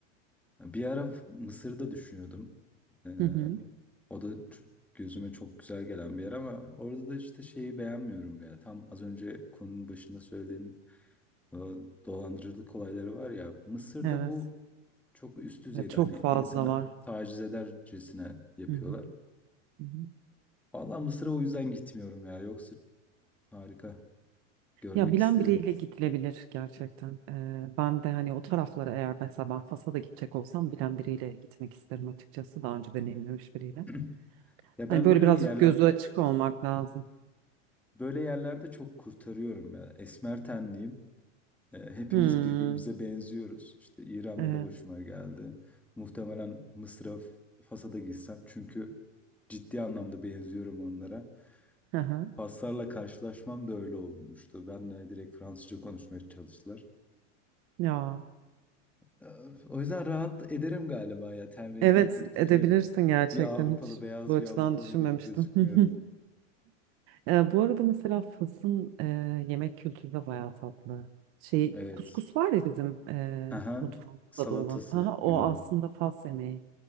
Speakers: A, in the centre; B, on the right.
A: Bir ara Mısır'da düşünüyordum. Ee,
B: Hı hı.
A: o da ç- gözüme çok güzel gelen bir yer ama orada da işte şeyi beğenmiyorum ya. Tam az önce konunun başında söylediğin e, dolandırıcılık olayları var ya. Mısır'da
B: Evet.
A: bu çok üst düzeyde
B: Ve çok
A: hani
B: fazla
A: insana
B: var.
A: taciz edercesine yapıyorlar.
B: Hı hı. Hı hı.
A: Valla Mısır'a o yüzden gitmiyorum ya. Yoksa harika. Görmek
B: Ya bilen
A: isterim.
B: biriyle gidilebilir gerçekten. E, ben de hani o taraflara eğer mesela ben Fas'a da gidecek olsam bilen biriyle gitmek isterim açıkçası daha önce deneyimlemiş biriyle.
A: <clears throat> Ya
B: Hani
A: ben
B: böyle
A: böyle
B: birazcık
A: yerlerde
B: gözü açık olmak lazım.
A: böyle yerlerde çok kurtarıyorum ya. Esmer tenliyim. E, Hepimiz
B: Hmm,
A: birbirimize benziyoruz. İşte İran'da
B: evet.
A: da başıma geldi. Muhtemelen Mısır'a, Fas'a da gitsem çünkü ciddi anlamda benziyorum onlara.
B: Hı hı.
A: Faslarla karşılaşmam da öyle olmuştu. Benle direkt Fransızca konuşmaya çalıştılar.
B: Ya.
A: E, O yüzden rahat ederim galiba ya. Ten rengim
B: Evet
A: kurtarıyor.
B: edebilirsin gerçekten
A: Bir Avrupalı,
B: hiç
A: beyaz
B: bu açıdan
A: bir Avrupalı
B: düşünmemiştim.
A: gibi gözükmüyorum.
B: <laughs> Ee, bu arada mesela Fas'ın e, yemek kültürü de bayağı tatlı. Şey
A: Evet.
B: kuskus var ya bizim e,
A: Aha.
B: mutfağımızda
A: Salatası
B: da olan. Ha, o
A: gibi mi?
B: aslında Fas yemeği.